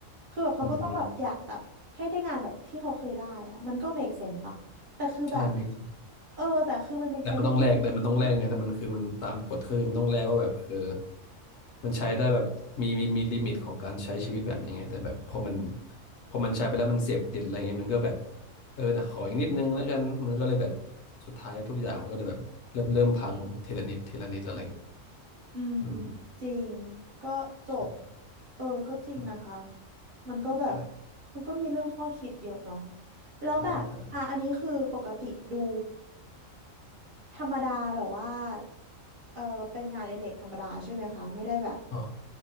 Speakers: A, on the right; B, on the left.
A: คือแบบเขาก็ต้องแบบอยากแบบให้ได้งานแบบที่เขาเคยได้อ่ะมันก็
B: อืมอืม
A: make sense ปะแต่คือแบบ
B: ใช่ make
A: เออแต่คือมัน make
B: แต่มันต้องแลกแต่มันต้องแลกไงแต่มันคือมันตามกฎคือมันต้องแลกว่าแบบเออ
A: sense ในเรื่อง
B: มันใช้ได้แบบมีมีมีลิมิตของการใช้ชีวิตแบบนี้ไงแต่แบบพอมันพอมันใช้ไปแล้วมันเสพติดอะไรเงี้ยมันก็แบบเออนะขออีกนิดนึงแล้วกันมันก็เลยแบบสุดท้ายทุกอย่างมันก็เลยแบบเริ่มเริ่มพังทีละนิดทีละนิดอะไรเงี้ย
A: อืม
B: อืม
A: จริงก็จบ
B: ใช่
A: เออก็จริงนะคะ
B: อืม
A: มันก็แบบ
B: ใช่
A: มันก็มีเรื่องข้อคิดเยอะเนาะแล้วแบบอ่ะอันนี้คือปกติดู
B: ใช่ใช่
A: ธรรมดาแบบว่าเออเป็นงานอดิเรกธรรมดาใช่ไหมคะไม่ได้แบบ
B: อ๋อ